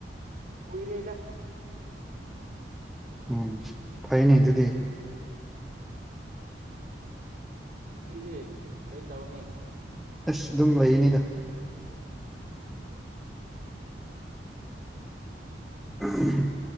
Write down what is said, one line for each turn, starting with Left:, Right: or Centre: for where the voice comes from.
Right: ꯀꯨꯏꯔꯦꯗ
Centre: ꯎꯝ ꯐꯩꯅꯦ ꯑꯗꯨꯗꯤ
Right: ꯉꯁꯤꯗꯤ ꯀꯩ ꯇꯧꯅꯤ
Centre: ꯑꯁ ꯑꯗꯨꯝ ꯂꯩꯅꯤꯗ ꯑꯍꯝ